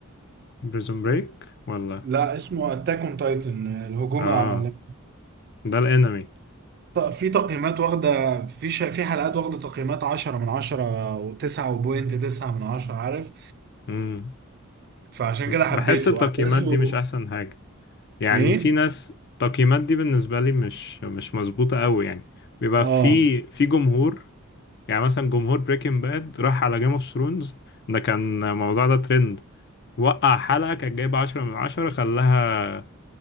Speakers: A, on the left; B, on the right.
A: بريزون بريك ولا
B: لا اسمه اتاك اون تايتن الهجوم
A: اه
B: العملاق
A: ده الانمي
B: آه، في تقييمات واخده في ش... في حلقات واخده تقييمات 10 من 10 و9.9 من 10 عارف
A: امم
B: فعشان
A: بحس
B: كده حبيته
A: التقييمات
B: احداثه
A: دي مش احسن يعني
B: ايه
A: في ناس التقييمات دي بالنسبة لي مش مش مظبوطة قوي يعني بيبقى
B: اه
A: في في جمهور يعني مثلا جمهور بريكنج باد راح على جيم اوف ثرونز ده كان الموضوع ده ترند وقع حلقة كانت جايبة عشرة من عشرة خلاها